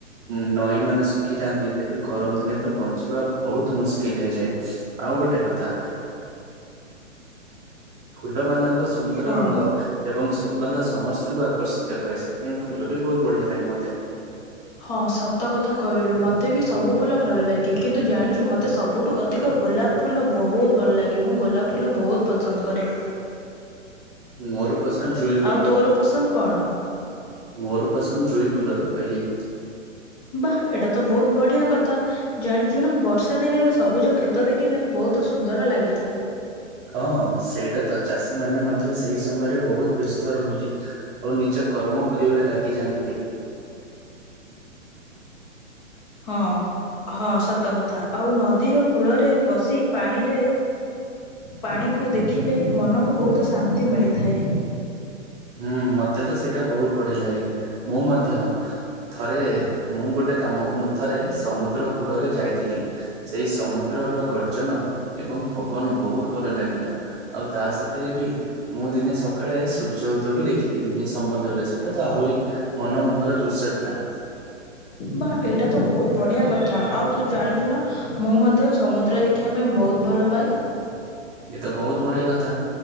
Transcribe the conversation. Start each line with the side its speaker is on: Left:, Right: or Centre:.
Right: ଉଁ, ନଈ ମାନେ ଶୁଖିଯାଆନ୍ତି। ତେବେ ଗରମ ଦିନେ ତ ବଞ୍ଚିବା ବହୁତ ମୁସ୍କିଲ ହେଇଯାଏ। ଆଉ ଗୋଟେ କଥା ଫୁଲ ମାନଙ୍କ ସୁନ୍ଦର
Left: ହଁ।
Right: ରଙ୍ଗ ଏବଂ ସୁ ସୁଗନ୍ଧ ସମସ୍ତଙ୍କୁ ଆକର୍ଷିତ କରେ। ସେଥିପାଇଁ ଫୁଲ ବି ବହୁତ ବଢିଆ ଲାଗେ ମୋତେ।
Left: ହଁ ସତ କଥା କହିଲୁ ମୋତେ ବି ସବୁ ଫୁଲ ଭଲ ଲାଗେ। କିନ୍ତୁ ଜାଣିଚୁ ମୋତେ ସବୁଠୁ ଅଧିକ ଗୋଲାପ ଫୁଲ ବହୁତ ଭଲ ଲାଗେ। ମୁଁ ଗୋଲାପ ଫୁଲ ବହୁତ ପସନ୍ଦ କରେ।
Right: ମୋର ପସନ୍ଦ ଜୁଇ ଫୁଲ।
Left: ଆଉ ତୋର ପସନ୍ଦ କଣ?
Right: ମୋର ପସନ୍ଦ ଜୁଇ ଫୁଲ ତ କହିଲି
Left: ବାଃ ଏଇଟା ତ ବହୁତ ବଢିଆ କଥା। ଜାଣିଚୁ ନା ବର୍ଷା ଦିନରେ ଏଇ ସବୁଜ କ୍ଷେତ ଦେଖିଲେ ବହୁ ବହୁତ ସୁନ୍ଦର ଲାଗିଥାଏ।
Right: ହ ହଁ ସେଇଟା ତ ଚାଷୀ ମାନ ମଧ୍ୟ ସେଇ ସମୟରେ ବହୁତ ବ୍ୟସ୍ତ ରୁହନ୍ତି। ଆଉ ନିଜ କର୍ମ କାମ କରିବାରେ ଲାଗିଯାଆନ୍ତି।
Left: ହଁ, ହଁ ସତ କଥା। ଆଉ ନଦୀର କୂଳରେ ବସି ପାଣିରେ ପାଣିକୁ ଦେଖିଲେ ମନକୁ ବହୁତ ଶାନ୍ତି ମିଳିଥାଏ।
Right: ହୁଁ ମୋତେ ତ ସେଇଟା ବହୁତ ବଢିଆ ଲାଗେ। ମୁଁ ମଧ୍ୟ ଥରେ ମୁଁ ଗୋଟେ କାମ ମୁଁ ଥରେ ସମୁଦ୍ର କୂଳରେ ଯାଇଥିଲି। ସେଇ ସମୁଦ୍ର ର ଗର୍ଜନ ଏବଂ ପବନ ବହୁତ ଭଲ ଲାଗିଲା। ଆଉ ତା ସାଥିରେ ବି ମୁଁ ଦି ନେ ସକାଳେ ସୂର୍ଯ୍ୟ ଉଠ ତୁ ବି ଦେଖିଥିଲି ସେ ସମୁଦ୍ରରେ ସେଟା ତ ଆହୁରି ମନମୋହର ଦୃଶ୍ୟ ଥିଲା।
Left: ବାଃ ଏଇଟା ତ ବହୁତ ବଢିଆ କଥା। ଆଉ ତୁ ଜାଣିଚୁ ନା ମୁଁ ମଧ୍ୟ ସମୁଦ୍ର ଦେଖିବା ପାଇଁ ବହୁତ ଭଲ ପାଏ।
Right: <unintelligible> ଏ ତ ବହୁତ ବଢିଆ କଥା।